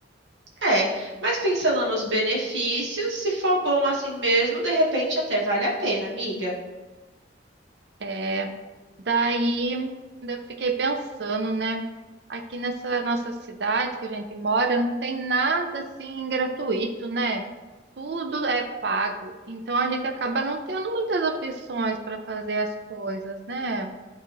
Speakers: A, on the right (about 85°); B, on the right (about 65°).
A: É, mas pensando nos benefícios, se for bom assim mesmo, de repente até vale a pena, amiga.
B: é Daí, eu fiquei pensando, né? Aqui nessa nossa cidade que a gente mora, não tem nada assim gratuito, né? Tudo é pago. Então a gente acaba não tendo muitas opções para fazer as coisas, né?